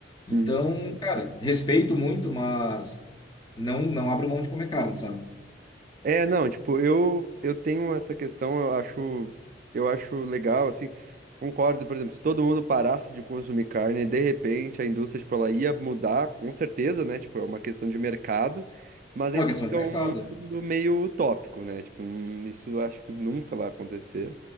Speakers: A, on the left (about 25°); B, on the right (about 50°).
A: Então,
B: uhum.
A: cara, respeito muito, mas não, não abro mão de comer carne, sabe?
B: É, não, tipo, eu eu tenho essa questão, eu acho eu acho legal assim. Concordo, por exemplo, se todo mundo parasse de consumir carne, de repente a indústria, tipo, ela ia mudar, com certeza, né? Tipo, é uma questão de mercado, mas
A: É
B: a gente
A: uma questão
B: sabe que
A: de mercado.
B: é um mundo
A: né?
B: meio utópico, né? Tipo, hum, isso eu acho que nunca vai acontecer.